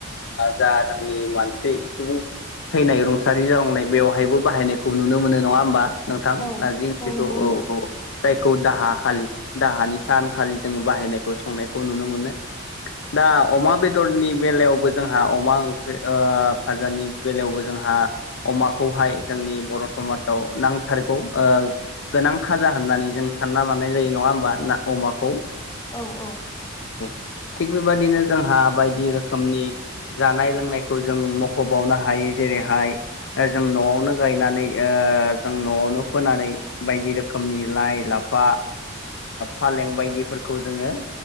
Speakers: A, on the left; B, on the left.
A: जा जोंनि मानसि सुबुं थैनाय रुंसारि जालांनाय बेवहायबो बाहायनायखौ नुनो मोनो नङा होमबा नोंथां
B: औ
A: नारजि ओंख्रिखौ
B: नंगौ
A: औ
B: नोंथां
A: औ जायखौ दाहा खालि दाहानि सानखालि जोङो बाहायनायखौ संनायखौ नुनो मोनो दा अमा बेदरनि बेलायावबो जोंहा अमा ओंख्रि फाजानि बेलायावबो जोंहा जोंहा अमाखौहाय जोंनि बर' समाजाव नांथारगौ गोनां खाजा होननानै जों सानना लानाय जायो नङा होमबा ना अमाखौ
B: औ औ
A: थिग बेबादिनो जोंहा बायदि रोखोमनि जानाय लोंनायखौ जों मख'बावनो हायो जेरैहाय जों न'आवनो गायनानै जों न'आवनो फोनानै बायदि रोखोमनि लाइ ला फा फालें बायदिफोरखौ जोङो